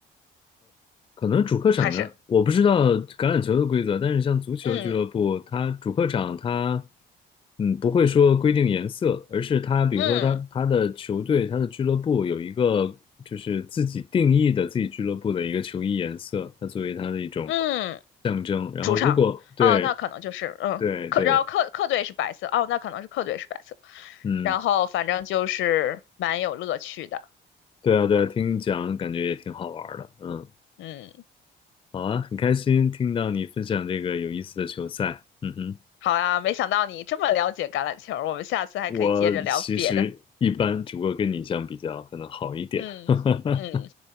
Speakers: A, on the left (about 25°); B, on the left (about 75°).
A: 可能主客场的，
B: 还是
A: 我不知道橄榄球的规则，但是像足球俱乐部，
B: 嗯
A: 它主客场它，嗯，不会说规定颜色，而是它，比如说它它的球队、
B: 嗯
A: 它的俱乐部有一个就是自己定义的自己俱乐部的一个球衣颜色，它作为它的一种
B: 嗯
A: 象征。然后如果对
B: 主场哦，那可能就是嗯客，
A: 对对，
B: 然后客客队是白色哦，那可能是客队是白色，
A: 嗯，
B: 然后反正就是蛮有乐趣的，
A: 对啊对啊，听你讲感觉也挺好玩儿的，嗯，
B: 嗯，
A: 好啊，很开心听到你分享这个有意思的球赛，嗯哼。
B: 好啊，没想到你这么了解橄榄球，我们下次还可以接着聊别的，
A: 我其实一般，只不过跟你相比较，可能好一点儿。
B: 嗯嗯，
A: <laughs>